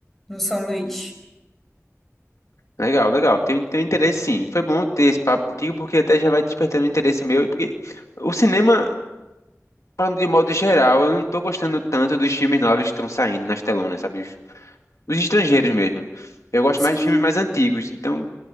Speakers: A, in the centre; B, on the left (about 70°).
A: no São Luís.
B: Legal, legal. Tenho, tenho interesse sim. Foi bom ter esse papo contigo, porque até já vai despertando interesse meu. e Porque o cinema, falando de modo geral, eu não tô gostando tanto dos filmes novos que estão saindo nas telonas, sabe? Os estrangeiros mesmo. Eu gosto
A: Sim.
B: mais de filmes mais antigos. Então,